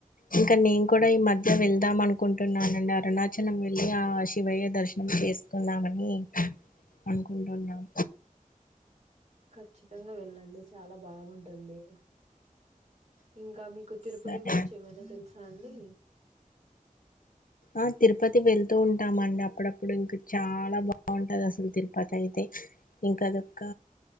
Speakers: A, on the left; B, on the right.
A: ఇంక నేన్ కడా ఈ మధ్య వెళ్దామనుకుంటున్నానండి అరుణాచలం వెళ్ళి ఆ శివయ్ వయ్య దర్శనం చేసుకుందామని అనుకుంటున్నాం
B: ఖచ్చితంగ వెళ్ళండి చాలా బాగుంటుంది ఇంకా మీ కు తిరుపతి
A: సరే
B: గురించి ఏమైనా తెలుసా అండి
A: ఆ తిరుపతి వెళ్తూ ఉంటామండి అప్పుడప్పుడు ఇంక చాలా బాగుంటది అస్ తిరుపతైతే ఇంకదొక్క